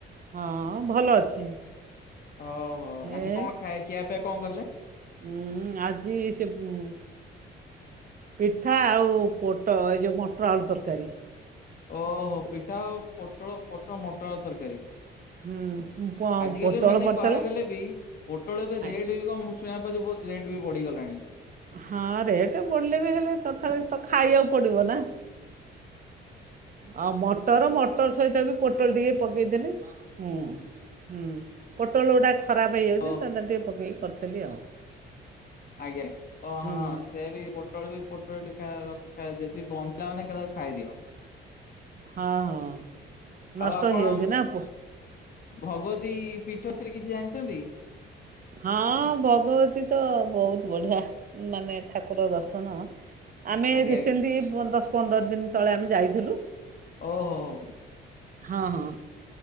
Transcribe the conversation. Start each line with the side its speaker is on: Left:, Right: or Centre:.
Right: ହଁ ଭଲ ଅଛି
Left: ଓହୋ ଆଜି
Right: ଏ
Left: କଣ ଖାଇ ଖିଆ ପିଆ କଣ କଲେ?
Right: ଉ ଆଜି ସେ ହୁ ପିଠା ଆଉ ପୋଟ ଏ ଯୋଉଉ ମଟର ଆଳୁ ତରକାରୀ।
Left: ଓହୋ ପିଠା ଆଉ ପୋଟଳ ପୋଟଳ ମଟର ଆଳୁ ତରକାରୀ।
Right: ହୁଁ, ପ-
Left: ଆଜିକାଲି
Right: ପୋଟଳ
Left: ମାନେ
Right: ପଡ଼ିଥିଲା
Left: କହିବାକୁ ଗଲେ ବି ପୋଟଳ ଏବେ
Right: ଆ-
Left: ରେଟ କଣ ମୁଁ ଶୁଣିବା ବହୁତ ରେଟ୍ ବି ବଢିଗଲାଣି।
Right: ହଁ ରେଟ୍ ବଢ଼ିଲେ ବି ହେଲେ ତଥାପି ତ ଖାଇବାକୁ ପଡ଼ିବ ନା। ଆଉ ମଟର ମଟର ସହିତ ବି ପୋଟଲ ଟିକେ ପକେଇଥିଲି ହୁଁ ହୁଁ। ପୋଟଳ ଗୁଡ଼ା ଖରାପ ହେଇଯାଉଛି
Left: ଓ
Right: ତା ଟିକେ ପକେଇ ଦେଇ କରି କରିଦେଲି ଆଉ
Left: ଆଜ୍ଞା ଓ
Right: ହୁଁ
Left: ହଁ ସେ ବି ପୋଟଳ ବି ପୋଟଳ <unintelligible> ରଖି ଯଦି ବଞ୍ଚାୟ ଏକା ଥରକେ ଖାଇଦିଅ।
Right: ହଁ ହଁ
Left: ଆଉ
Right: ନଷ୍ଟ
Left: ଆପଣ
Right: ହେଇଯାଉଛି ନା।
Left: ଭଗବତୀ ପୀଠ ବିଷୟରେ କିଛି ଜାଣିଛନ୍ତି?
Right: ହଁ ଭଗବତୀ ତ ବହୁତ ବଢ଼ିଆ ମାନେ ଠାକୁର ଦର୍ଶନ। ଆମେ
Left: ଆଜ୍ଞା
Right: ରିସେଣ୍ଟଲି
Left: ଆଜ୍ଞା।
Right: ଉ ଦଶ ପନ୍ଦର ପନ୍ଦର ଦିନ ତଳେ ଆମେ ଯାଇଥିଲୁ।
Left: ଓ ହୋ।
Right: ହଁ ହଁ